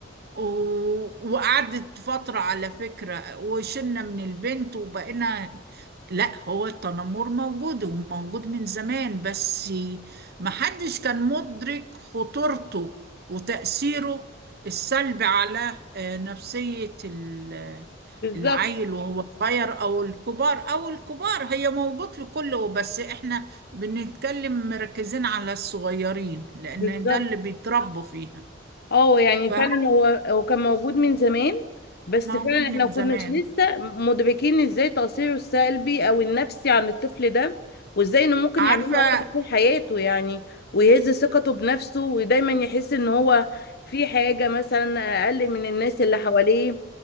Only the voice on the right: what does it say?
و- وقعدت فترة على فكرة وشلنا من البنت وبقينا لا هو التنمر موجود وموجود من زمان بس محدش كان مدرك خطورته وتأثيره السلبي على آه، نفسية ال-
العيل وهو صغير أو الكبار أو الكبار هي موجود في كله بس إحنا بنتكلم مركزين على الصغيرين لأن
ده اللي بيتربوا فيها
فاهم؟
موجود
من
زمان
عارفة